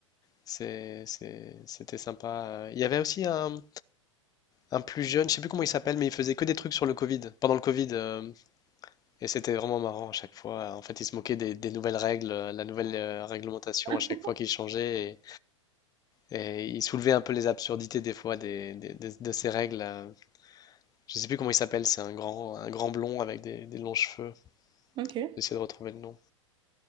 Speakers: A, on the left; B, on the right.
A: C'est, c'est- c'était sympa. euh. Il y avait aussi un, un plus jeune, je sais plus comment il s'appelle, mais il faisait que des trucs sur le Covid, pendant le Covid. euh, et c'était vraiment marrant à chaque fois. En fait, il se moquait des, des nouvelles règles, euh, la nouvelle euh, réglementation
B: <laughs> Hein
A: à chaque fois qu'il changeait. Et, et il soulevait un peu les absurdités des fois des, des- des- de ces règles. euh. Je sais plus comment il s'appelle, c'est un grand, un grand blond avec des, des longs cheveux.
B: Ok.
A: J'essaie de retrouver le nom.